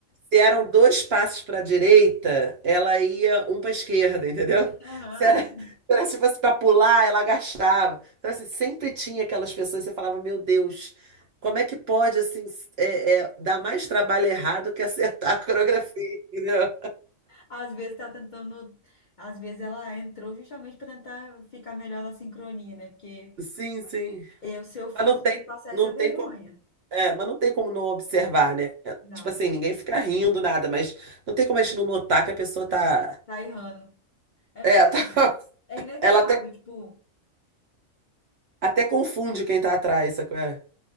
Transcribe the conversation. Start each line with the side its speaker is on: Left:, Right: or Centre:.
Right: Se eram dois passos para a direita, ela ia um para a esquerda, <laughs> entendeu?
Left: Aham.
Right: Se era, se era se fosse para pular, ela agachava. Então, assim, sempre tinha aquelas pessoas, você falava, meu Deus, como é que pode, assim, é, é, dar mais trabalho errado que acertar a coreografia, <laughs> entendeu?
Left: Às vezes tá tentando. Às vezes ela entrou justamente para tentar ficar melhor na sincronia, né? Porque
Right: Sim, sim.
Left: eu, se eu fosse,
Right: Mas não tem,
Left: eu ia passar
Right: não
Left: essa vergonha.
Right: tem como É, mas não tem como não observar, né?
Left: Não,
Right: Tipo assim, ninguém
Left: não tem.
Right: fica rindo, nada, mas não tem como a gente não notar que a pessoa tá.
Left: Tá errando. É, não
Right: É,
Left: tem
Right: tá- <laughs>
Left: como. É inevitável,
Right: ela até,
Left: tipo,
Right: até confunde quem tá atrás, sacou? É.